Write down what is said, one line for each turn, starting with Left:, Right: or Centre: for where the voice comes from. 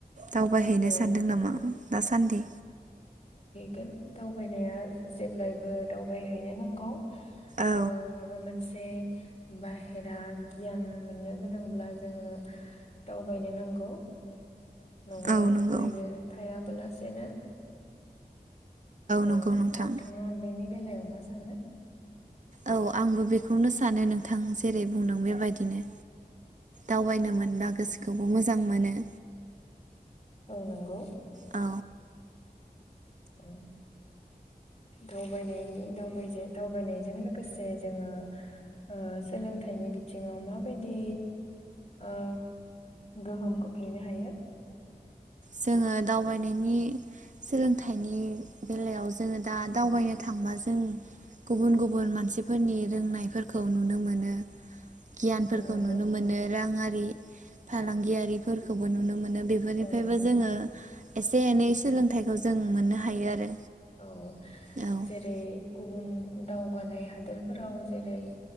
Right: दावबायहैनो
Left: औ
Right: सानदों नामा दासान्दि?
Left: गोन दावबायनाया जेब्लायबो दावबायहैनो नांगौ
Right: औ
Left: ओ माबा मोनस बे बाहेरा गियान मोननो गोनांब्ला जोङो दावबायनो नांगौ। नआव
Right: औ नंगौ
Left: ओरैनो थायाब्ला सेनो औ
Right: नंगौ नोंथां
Left: नोंथाङा बेनि बेलायाव मा सानो?
Right: औ आंबो बेखौनो सानो नोंथां जेरै बुंदों बेबायदिनो दावबायनो मोनब्ला गोसोखौबो मोजां मोनो।
Left: औ नंगौ।
Right: औ।
Left: उम दावबायनायनि दावबायसे दावबायनायजों लोगोसे जोङो ओ सोलोंथाइनि बिथिङाव माबायदि ओ गोहोम खोख्लैनो हायो?
Right: जोङो दावबायनायनि सोलोंथाइनि बेलायाव जोङो दा दावबायनो थांबा जों गुबुन गुबुन मानसिफोरनि रोंनायफोरखौ नुनो मोनो गियानफोरखौ
Left: औ नंगौ
Right: नुनो मोनो राङारि फालांगियारिफोरखौबो नुनो मोन बेफोरनिफ्राय
Left: औ नंगौ
Right: बा जोङो एसे एनै सोलोंथाइखौ जों मोननो हायो आरो
Left: औ
Right: औ
Left: जेरै गुबुन दावगानाय हादोरफोराव जेरै